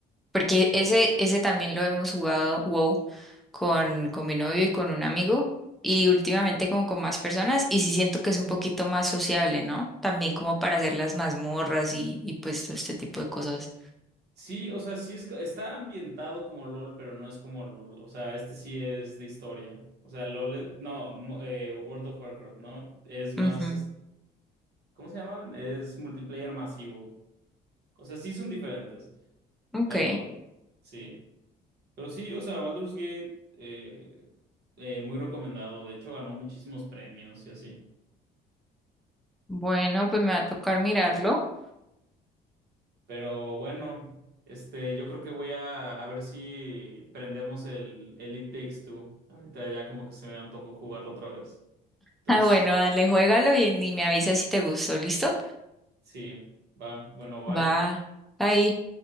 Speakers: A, in the centre; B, on the right (about 70°).
A: porque ese, ese también lo hemos jugado wow con, con mi novio y con un amigo y últimamente como con más personas y sí siento que es un poquito más sociable, ¿no? También como para hacer las mazmorras y, y pues todo este tipo de cosas.
B: Sí, o sea, sí es, co- está ambientado como LOL, pero no es como LOL. O sea, este sí es de historia. O sea, LOL, es- no, mo- eh, World of Warcraft, ¿no? Es más,
A: Ujú,
B: es- ¿cómo se llaman? Es multiplayer masivo. O sea, sí son diferentes,
A: Ok,
B: pero sí. Pero sí, o sea, Baldur's Gate, eh, eh, muy recomendado. De hecho, ganó muchísimos premios y así.
A: bueno, pues me va a tocar mirarlo. <laughs>
B: Pero bueno, este, yo creo que voy a, a ver si prendemos el, el It Takes Two. Ahorita ya como que se me antojó jugarlo otra vez. Entonces,
A: Ah, bueno, dale, juégalo y, y me avisas si te gustó, ¿listo?
B: sí, va, bueno, bye.
A: Va, ahí.